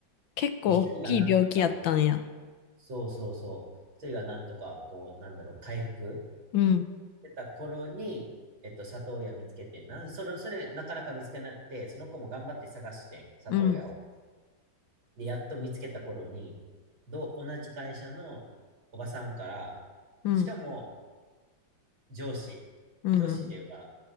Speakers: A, on the left; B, on the right.
A: 結構大きい病気やったんや。
B: で、1人がなんとかこう、そうそうそう、1人がなんとかこう、なんだろう、回復
A: うん、
B: してた頃に、えっと、里親見つけてんな、それ、それ、なかなか見つけなくて、その子も頑張って探してん、里親を。
A: うん、
B: で、やっと見つけた頃に、ど、同じ会社のおばさんから、
A: うん、
B: しかも上司、
A: うん、
B: 上司っていうか、